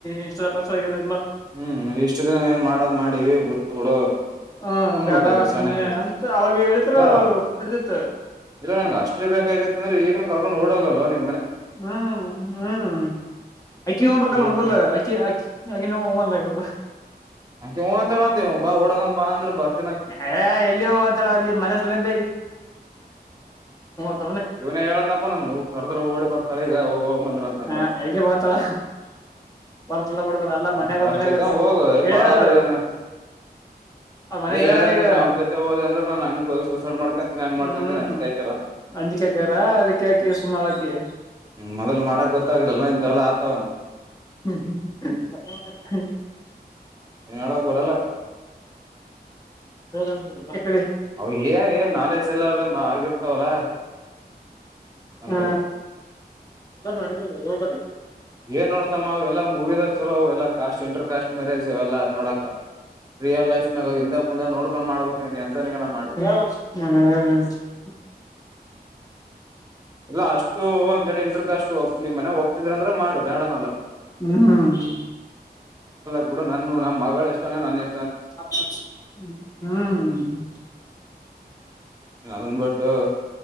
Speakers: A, on the left; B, on the right.
A: ಇನ್ಸ್ಟ್ ಪಸ್ಟ ಇನ್
B: ಹ್ಮ್ ಇಷ್ಟು ದಿನ ಏನ್ ಮಾಡದ್ ಮಾಡಿ ಬಿಟ್ ಬಿಡು.
A: ಹ
B: ಅನ್ಬೇಕ್
A: ಬೇಡ
B: ಆಗಿತ್
A: ಸುಮ್ನೆ
B: ಚಾಣಕ
A: ಅಂತ ಅವಾಗ ಹೇಳಿದ್ರ
B: ಇಲ್ಲ
A: ನಡ್ದಿತ್ತು
B: ಇಲ್ಲ ನನ್ಗೆ ಅಷ್ಟೇ ಬೇಕ್ ಅಂದ್ರೆ ಇಗ್ಲೆ ಕರ್ಕೊಂಡ್ ಹೊಡಗಲ್ಲ ನೀ
A: ಹ್ಮ್ ಹ್ಮ್ ಅಕ್ಕಿ ಹ್ಮು ಅನ್ಬೇಕಲ್ಲ
B: ಅದು ಬಿಟ್ಟು
A: ಮೊದಲು ಅಕ್ಕಿ ಅಕ್ಕಿ ಅಕಿನವು <unintelligible>
B: ಅಕಿ ಹು ಅಂತಳಂತೆ ಬಾ ಹೊಡಗನ್ ಬಾ ಅಂದ್ರ ಬರ್
A: ಎ ಎಲ್ಲಿಗ್ ಹೊತಳ ಅಲ್ಲಿ ಮನಸರಿ <unintelligible> <unintelligible>
B: ಇವ್ನೇ ಹೇಳದ್ನಪ್ಪ ನನ್ಗು ಕರ್ದ್ರ ಓಡಿ ಬರ್ತಾಳಿ ಈಗ <unintelligible> ಅಂತಂದ್ರ
A: ಹ ಇಲ್ಲಿ ಬರ್ತಾಳ ಬರ್ತಲ್ಲ ಬಿಡದಲ್ಲ ಎಲ್ಲ ಮನ್ಯಾಗ
B: ಮತ್ ಅಷ್ಟ್
A: ಮನ್ಯಾಗ
B: ಇದ್ದಾಗ ಹೋಗು
A: ಗೆಳೆಯರ
B: ಬಾಳಾದ್ರೆ
A: ಅವ್ರು
B: ಏನ --
A: ಅವ್ರ ಮನೆ
B: ಅದೇ
A: ಗೆಳೆಯರ
B: ಹೇಳ್ಯಾರ
A: ಈಗ
B: ನೀನ್ ಅವ್ ಜೊತೆ ಹೋದಂದ್ರೆ ನನ್ ಹಂಗ ಸೂಸೆಡ್ ಮಾಡ್ಕಂತೀನ ಹಂಗ ಮಾಡ್ಕೊಂತಿನಿ
A: ಹ್ಮ್
B: ಅಂಚಿಕೆ ಅ <unintelligible>
A: ಅಂಜಿಕೆ ಅಕರಾ ಅದಿಕೆ ಸುಮ್ಮಾಳಕ್ಕಿಳ.
B: ಹ್ಮ್ ಮೊದಲ್ ಮಾಡಕ್ ಗೊತ್ತಾಗಿರಲ್ಲ ಇಂತವೆಲ್ಲಾ ಆತವಂತ
A: ಹ್ಮ್ ಹ್ಮ ಹ ಹ್ಮ
B: ಎಳಗ್ ಬರಲ್ಲ
A: ಹೋಗ <unintelligible>
B: ಅವ್ನಿಗೆ ಏ ಏ ನಾಲೆಜ್ ಎಲ್ಲಾರ್ದ ಆಗಿರ್ತಾವಲ್ಲ. ಅಂತವು
A: ಹಾ <unintelligible> ಹೋಗ್ ಬರೀ
B: ಏನ್ ನೋಡ್ತಮ್ಮಾ ಎಲ್ಲ ಮೂವಿದಾಗ ಚಲೋ ಎಲ್ಲಾ ಕಸ್ಟ್ ಇಂಟರ್ ಕಸ್ ಮ್ಯೇಜ್. ಎಲ್ಲಾ ನೋಡಾಕ ರಿಯಲ್ ಲೈಫ್ ನಾಗ ಹಿಂದೆ ಮುಂದೆ ನೋಡ್ಕೊಂಡ್ ಮಾಡ್ಬೇಕ್ ನೀ ಎಂತನಿಗನ ಮಾಡು.
A: ಹ್ಮ್ ಹ್ಮ್
B: <unintelligible> ಇಲ್ಲ ಅಷ್ಟು ಇಂಟರ್ ಕಷ್ಟು ನಿಮ್ ಮನೆ ಒಪ್ಪಿದ್ರ ಅಂದ್ರೆ ಮಾಡ ಬೇಡ ಅನ್ನಲ್ಲ.
A: ಹ್ಮ್
B: ಹು ಬಿಡು ನನ್ಗು ನಮ್ಮ ಮಗ್ಳ್ ಇಷ್ಟನೆ ನನ್ ಇ
A: ಹ್ಮ್
B: ಅದನ್ ಬಿಟ್ಟು